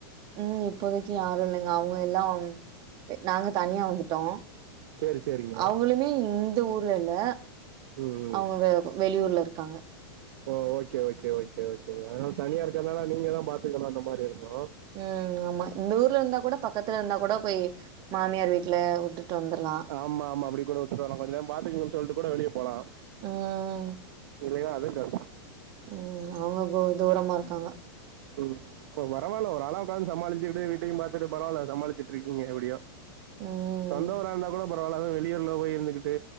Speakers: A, on the right; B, on the right.
A: ம் இப்போதைக்கு யாரு இல்லங்க அவுங்க எல்லாம் நாங்க தனியா வந்துட்டோ
B: சேரி சேரிங்க
A: அவுங்களுமே இந்த ஊர்ல இல்ல
B: ம் ம்
A: அவுங்க வே ப வெளியூர்ல இருக்காங்க
B: ஓ ஓகே ஓகே ஓகே ஓகே அதனால தனியா இருக்கனால நீங்க தா பாத்துக்கனு அந்த மாரி இருக்கு
A: ம் ஆமா இந்த ஊர்ல இருந்தா கூட பக்கத்துல இருந்தா கூட போய் மாமியார் வீட்ல வுட்டுட்டு வந்துர்லா
B: ஆமா ஆமா அப்டி கூட வுட்டுட் வரலா கொஞ்ச நேர பாத்துக்குங்கன் சொல்ட்டு கூட வெளிய போலா
A: ம்
B: இல்லைன்னா அதுவு கஷ்டோ
A: ம் அவுங்க கொ தூரமா இருக்காங்க
B: ம் அப்போ பரவால ஒர அளவுக்காது சமாளிச்சிட்டு வீட்டையு பாத்துட்டு பரவால்ல சமாளிச்சிட்ருக்கீங்க எப்டியோ
A: ம்
B: சொந்த ஊரா இருந்தா கூட பரவால அது வெளியூர்ல போய் இருந்துகிட்டு